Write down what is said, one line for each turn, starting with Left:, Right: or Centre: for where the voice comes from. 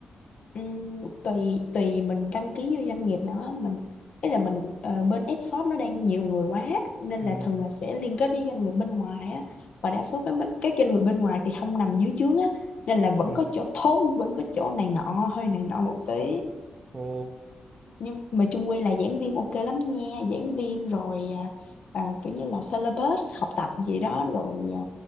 Left: Ừm, tùy tùy mình đăng ký vô doanh nghiệp nó mình ý là mình ờ, bên F shop nó đang nhiều người quá nên
Right: ừ
Left: là thường là sẽ liên kết với doanh nghiệp bên ngoài á và đa số các các doanh nghiệp bên ngoài thì không nằm dưới trướng á nên là vẫn
Right: ừ
Left: có chỗ thốn vẫn có chỗ này nọ hơi này nọ một tí
Right: ồ
Left: nhưng mà chung quy là giảng viên ok lắm nha giảng viên rồi à, à, kiểu như là syllabus học tập gì đó rồi à,